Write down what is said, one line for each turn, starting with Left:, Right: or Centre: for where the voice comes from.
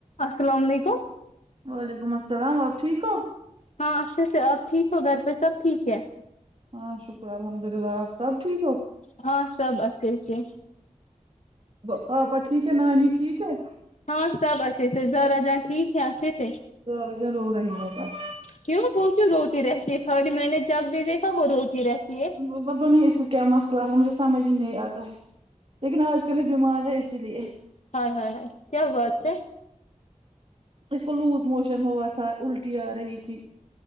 Left: السلام علیکم
Right: وعلیکم السلام آپ ٹھیک ہو
Left: ہاں اچھا اچھا اب ٹھیک ہو گھر پے سب ٹھیک ہے
Right: ہاں شکر الحمد للہ اپ سب ٹھیک ہو
Left: ہاں سب اچھے سے
Right: با پاپا ٹھیک ہے نانی ٹھیک ہے
Left: ہاں سب اچھے سے زرا جان ٹھیک ہے اچھے سے
Right: زارا جان رو رہی کب سے
Left: کیوں وہ کیوں روتی رہتی ہے کھالی میں نے جب بھی دیکھا وہ روتی رہتی ہے
Right: وہ پتا نہیں اس کو کیا مسئلہ ہے مجھے سمجھ ہی نہیں اتا ہے لیکن اج کل یے بیمار ہے اسی لیے
Left: ہائے ہائے ہاے کیا ہوا اسے
Right: اس کو لوز موشن ہوا تھا الٹی ارہی تھی